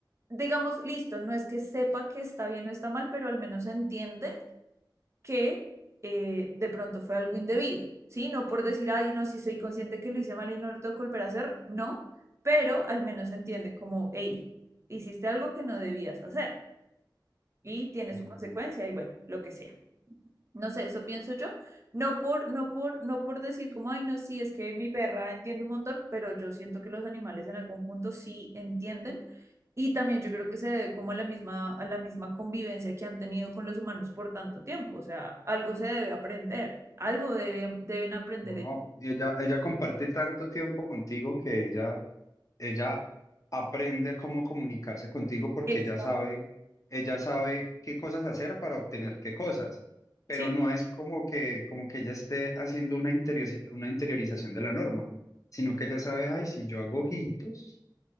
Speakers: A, on the right; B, on the left.
A: digamos, listo, no es que sepa que está bien o está mal, pero al menos entiende que eh, de pronto fue algo indebido, ¿sí? No por decir, ay, no, si soy consciente que lo hice mal y no lo tengo que volver a hacer, no, pero al menos entiende como, hey, hiciste algo que no debías hacer y tiene
B: Ujú.
A: su consecuencia y bueno, lo que sea. No sé, eso pienso yo. No por, no por, no por decir como, ay, no, sí, es que mi perra entiende un montón, pero yo siento que los animales en algún punto sí entienden y también yo creo que se debe como a la misma, a la misma convivencia que han tenido con los humanos por tanto tiempo. O sea, algo se debe aprender, algo debe- deben aprender
B: No,
A: ellos.
B: ella, ella comparte tanto tiempo contigo que ella, ella aprende cómo comunicarse contigo porque
A: Exacto.
B: ella sabe, ella sabe qué cosas hacer para obtener qué cosas, pero
A: Sí,
B: no es como que, como que ella esté haciendo una interiori- una interiorización de la norma, sino que ella sabe, ay, si yo hago ojitos.